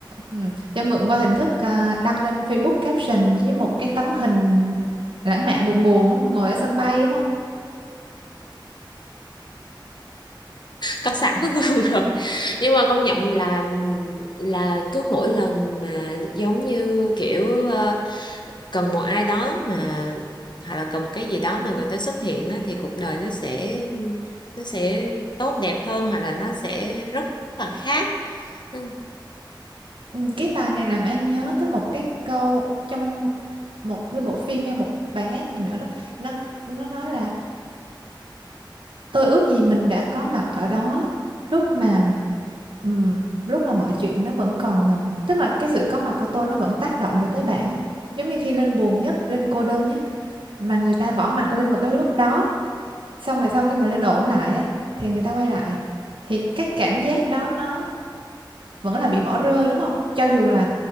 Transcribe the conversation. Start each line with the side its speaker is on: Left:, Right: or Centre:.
Right: ừ, cho mượn qua hình thức à, đăng lên Facebook caption với một cái tấm hình lãng mạn buồn buồn đúng Ngồi ở sân bay đúng không?
Left: có sẵn <laughs> luôn rồi nhưng mà công nhận là là cứ mỗi lần mà giống như kiểu ờ, cần một ai đó mà hoặc là cần một cái gì đó mà người ta xuất hiện á, thì cuộc đời nó sẽ nó sẽ tốt đẹp hơn hoặc là nó sẽ rất là khác Ừ,
Right: Ừ, cái bài này làm An nhớ tới một cái câu trong một cái bộ phim hay một bài hát gì nữa đó nó nó nói là tôi ước gì mình đã có mặt ở đó lúc mà ừm, lúc mà mọi chuyện nó vẫn còn ừm, tức là cái sự có mặt của tôi nó vẫn tác động được tới bạn á giống như khi Linh buồn nhất Linh cô đơn nhất mà người ta bỏ mặt Linh vào cái lúc đó xong rồi sau khi mà Linh ổn lại á thì người ta quay lại thì cái cảm giác đó nó vẫn là bị bỏ rơi đúng không? Cho dù là